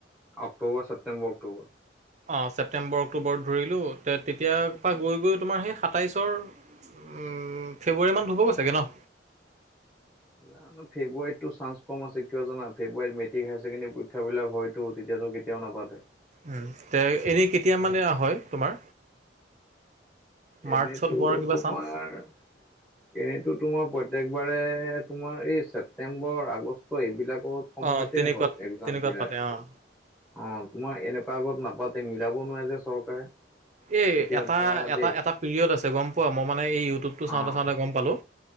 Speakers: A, in the centre; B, on the right (about 40°).
A: অক্টোবৰ, ছেপ্তেম্বৰ, অক্টোবৰ।
B: অঁহ', - ছেপটেম্বৰ অক্টোবৰত ধৰিলোঁ তে তেতিয় পৰা গৈ গৈ তোমাৰ সেই সাতাইছৰ- উম ফেব্ৰুৱাৰী মানত হবগৈ চাগে ন।
A: জানো, ফে্বোৱাৰীতো চাঞ্চ কম আছে কিয় জানা ফে্বোৱাৰীত মেট্টিক হাইছেকেণ্ডেৰী পৰিক্ষা- সেইবিলাক বিলাক হয়তো তেতিয়াতো কেতিয়াও নাপাতে।
B: উম তে এনেই কেতিয়া মানে হয় তোমাৰ মাৰ্চত
A: এনেইতো
B: হোৱাৰ কিবা
A: তোমাৰ
B: চান্স?
A: এনেইতো তোমাৰ প্ৰত্যেকবাৰে তোমাৰ এই ছেপটেম্বৰ আগষ্ট এইবিলাকত সময়তে
B: অঁ তেনেকুৱাত
A: হয় এক্সজাম
B: তেনেকুৱাত
A: বিলাক
B: পাতে অঁ।
A: অ' তোমাৰ এনেকুৱা আগত নাপাতে মিলাব নোৱাৰে যে চৰকাৰে
B: এ
A: এতিয়া
B: এটা
A: ধৰা
B: এটা
A: দেই
B: এটা পিৰিয়ড আছে গম পোৱা মই মানে এই ইউটিউবটো চাওঁতে
A: অ',
B: চাওঁতে গম পালোঁ